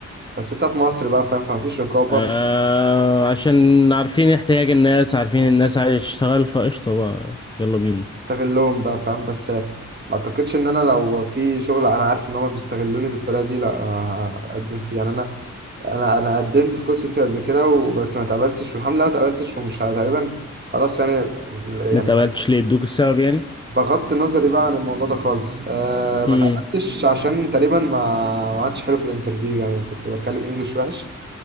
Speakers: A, on the right; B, on the left.
A: بس انت في مصر بقى فاهم فمفيش رقابه
B: آه عشان عارفين احتياج الناس عارفين الناس عايزة تشتغل فقشطة بقى يلا بينا
A: استغلهم بقى فاهم بس ما اعتقدش ان انا لو في شغل انا عارف ان هما بيستغلوني بالطريقه دي لا هقدم فيه يعني انا انا انا قدمت في كول سنتر قبل كده وبس ما اتقبلتش والحمد لله ما اتقبلتش ومش ه- تقريبا خلاص يعني
B: ما
A: يعني
B: اتقبلتش ليه ادوك السبب يعني
A: بغض نظري بقى عن الموضوع ده خالص أه ما
B: هم
A: اتقبلتش عشان تقريبا ما ما عادش حلو في الانترفيو يعني كنت بتكلم انجلش وحش